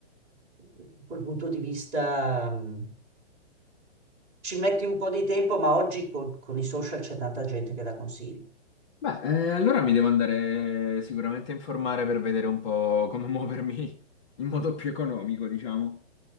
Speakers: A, on the right (about 20°); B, on the left (about 30°).
A: da quel punto di vista... mh, Ci metti un po' di tempo, ma oggi con, con i social c'è tanta gente che dà consigli.
B: Beh, eh, allora mi devo andare sicuramente a informare per vedere un po' come <laughs> muovermi in modo più economico, diciamo.